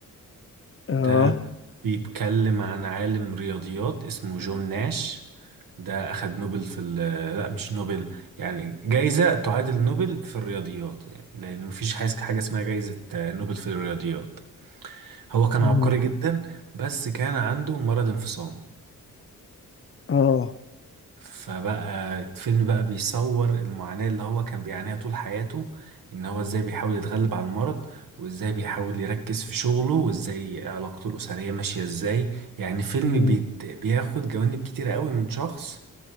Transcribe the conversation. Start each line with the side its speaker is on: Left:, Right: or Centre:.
Left: آه
Right: ده بيتكلم عن عالم رياضيات اسمه جون ناش ده أخد نوبل في ال... لا مش نوبل يعني جايزة تعادل نوبل في الرياضيات يعني لأن مفيش حاجة حاجة اسمها جايزة آه، نوبل في الرياضيات هو كان عبقري
Left: مم.
Right: جدا بس كان عنده مرض انفصام
Left: آه
Right: فبقى الفيلم بقى بيصور المعاناة اللي هو كان بيعانيها طول حياته ان هو ازاي بيحاول يتغلب على المرض وازاي بيحاول يركز في شغله وازاي علاقته الأسرية ماشية ازاي يعني فيلم
Left: مم.
Right: بيت بياخد جوانب كتيرة قوي من شخص